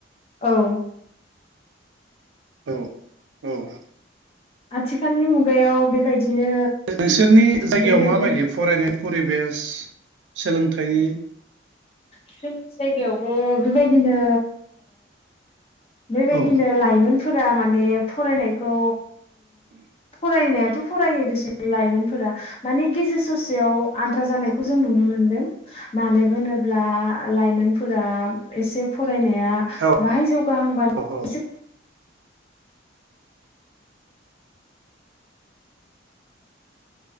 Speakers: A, on the left; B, on the right.
A: औ ।
B: औ औ ।
A: आथिखालनि मुगायाव बेबायदिनो
B: नोंसोरनि जायगायाव
A: बेबायदिनो
B: माबायदि फरायनाय परिबेस सोलोंथाइनि
A: जोंनि जायगायावबो बेबायदिनो बेबायदिनो
B: औ
A: लाायोममोन फोर माने फरायनायखौ फरायनाय फरायो दस लाइमोनफोरा माने गेजेर ससेयाव आद्रा जानायखौ जों नुनो मोनदों। मानो होनोब्ला लाइमोनफोरा एसे फरायनाया
B: औ
A: बाहाय जौगाहांबानो
B: औ